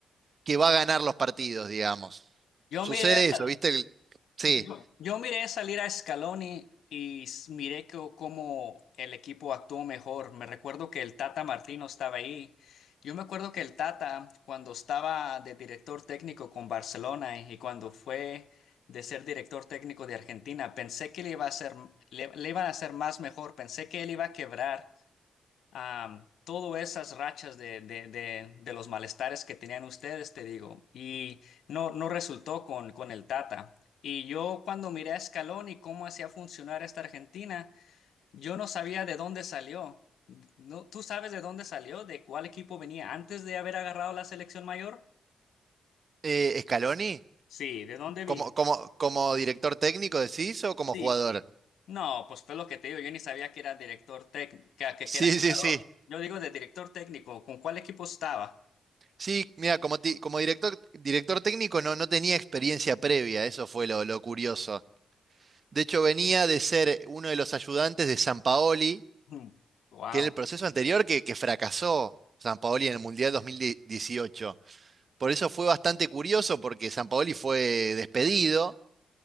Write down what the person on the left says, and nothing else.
Yo
miré a, sa-
yo, yo miré salir a Scaloni y s- miré co- cómo el equipo actuó mejor. Me recuerdo que el Tata Martino estaba ahí. Yo me acuerdo que el Tata, cuando estaba de director técnico con Barcelona y cuando fue de ser director técnico de Argentina, pensé que le iba a hacer, le, le iban a hacer más mejor. Pensé que él iba a quebrar a todas esas rachas de, de- de- de los malestares que tenían ustedes, te digo, y no, no resultó con, con el Tata. Y yo cuando miré a Scaloni y cómo hacía funcionar esta Argentina, yo no sabía de dónde salió. No, ¿tú sabes de dónde salió? ¿De cuál equipo venía antes de haber agarrado la selección mayor?
Sí, ¿de dónde vino?
Sí.
No, pues fue lo que te digo, yo ni sabía que era director técnico, que,
que era jugador.
Yo digo de director técnico, ¿con cuál equipo estaba?
<laughs> Wow.